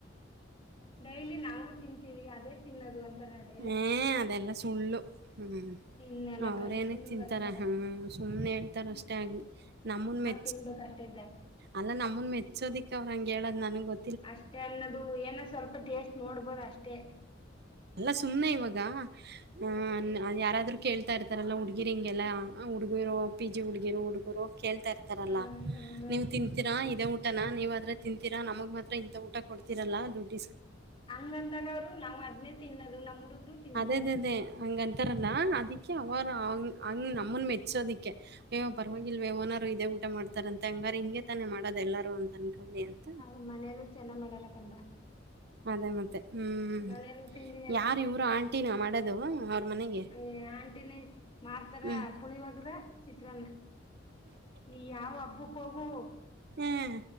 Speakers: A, on the left; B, on the right.
A: ಡೈಲಿ ನಾವು ತಿಂತೀವಿ ಅದೇ ತಿನ್ನೋದು <unintelligible>
B: ಎ ಅದೆಲ್ಲ ಸುಳ್ಳು ಹ್ಮು.
A: ತಿನ್ನಲ್ಲ
B: ಅವ್ರೇನಕ್
A: ಕಣೆ ಸುಮ್ಮ್
B: ತಿಂತಾರ
A: ಅಂತಾರ
B: ಹ್ಮು
A: ಅಷ್ಟೆ
B: ಸುಮ್ನೆ ಹೇಳ್ತಾರ ಅಷ್ಟೇ ಆಗ್ಲಿ ನಮನ್ ಮೆ
A: ತಿನ್ಬೇಕಷ್ಟೆ ಇದ್ದಾ
B: ಅಲ್ಲ ನಮ್ಮನ್ ಮೆಚ್ಚೋದಿಕ್ ಅವ್ರ ಹಂಗೆ ಹೇಳದ್ ನನಗ್ ಗೊ
A: ಅಷ್ಟೇ ಅನ್ನೋದು ಏನೋ ಸ್ವಲ್ಪ ಟೇಸ್ಟ್ ನೋಡ್ಬೋದ ಅಷ್ಟೇ.
B: ಎಲ್ಲಾ ಸುಮ್ನೆ ಇವಾಗ ಹ ಅ ಯಾರಾದ್ರು ಕೇಳ್ತಾ ಇರ್ತಾರಲ್ಲಾ ಹುಡ್ಗಿರಿ ಹಿಂಗೆಲ್ಲ ಹುಡ್ಗಿರು ಪಿ ಜಿ ಹುಡ್ಗಿರು ಹುಡ್ಗುರು. ಕೇಳ್ತಾ ಇರ್ತಾರಲ್ಲಾ
A: ಹ್ಮ್ ಹ್ಮ್
B: ನೀವು ತಿನ್ ಇದೇ ಊಟನ ನೀವ್ ಆದ್ರೆ ತಿಂತೀರಾ ನಮಗ್ ಮಾತ್ರ ಇಂತ ಊಟ ಕೊಡ್ತಿರಲ್ಲ ದುಡ್ಡ
A: ಹಂಗಂದಾಗ ಅವ್ರು ನಾವ್ ಅದ್ನೇ ತಿನ್ನೋದು ನಮ್ಮ್ ಹುಡುಗ್ರು ತಿಂತಾರ
B: ಅದೇ ಅದ ಅದೇ ಹಂಗಂತಾರಲ್ಲ ಅದಿಕ್ಕೆ ಅವರುಂಗ ಹಂಗ ನಮ್ಮನ್ ಮೆಚ್ಚೋದಿಕ್ಕೆ. ಅಯ್ಯೊ ಪರವಾಗಿಲ್ವೆ
A: ಅಷ್ಟ್
B: ಓನಾರು ಇದೇ ಊಟ ಮಾಡ್ತಾರಂತೆ ಹಂಗಾರ ಹಿಂಗೆ ತಾನೆ ಮಾಡೋದ ಎಲ್ಲಾರೂ ಅಂತ ಅನ್ಕೊಳ್ಳಿ ಅಂತ.
A: ಅವ್ರ ಮನೇಲ್ಲೂ ಚೆನ್ನ ಮಾಡಲ್ಲ ಕಣ್ ಬ.
B: ಅದೇ ಮತ್ತೆ ಹ್ಮ್.
A: ಏನ್ ತಿಂದಿ.
B: ಯಾರ್ ಇವರು ಆಂಟಿನ ಮಾಡೋದು. ಮನೆಗೆ
A: ಅಯ್ಯಾ ಆಂಟಿನಿ ಮಾಡ್ತಾರ
B: ಹ್ಮ್
A: ಪುಳಿವಗ್ರ ಚಿತ್ರಾನ್ನ. ನೀ ಯಾವ್ ಹಬ್ಬಕ್ ಹೋಗು
B: ಹ್ಮ್